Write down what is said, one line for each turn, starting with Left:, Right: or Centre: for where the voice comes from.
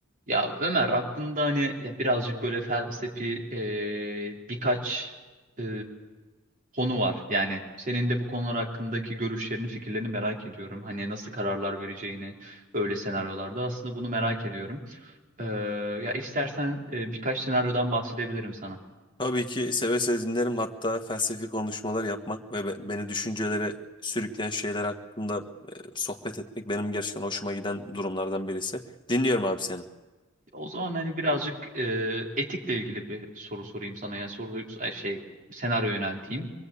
Right: Ya Ömer aklında hani ya birazcık böyle felsefi e, birkaç e, konu var. Yani senin de bu konular hakkındaki görüşlerini, fikirlerini merak ediyorum. Hani nasıl kararlar vereceğini öyle senaryolarda aslında bunu merak ediyorum. Ee, ya istersen e, birkaç senaryodan bahsedebilirim sana.
Left: Tabii ki seve seve dinlerim hatta felsefi konuşmalar yapmak ve be- beni düşüncelere sürükleyen şeyler hakkında e, sohbet etmek benim gerçekten hoşuma giden durumlardan birisi. Dinliyorum abi seni.
Right: O zaman hani birazcık e, etikle ilgili bir soru sorayım sana. Yani soru ay şey senaryo yönelteyim.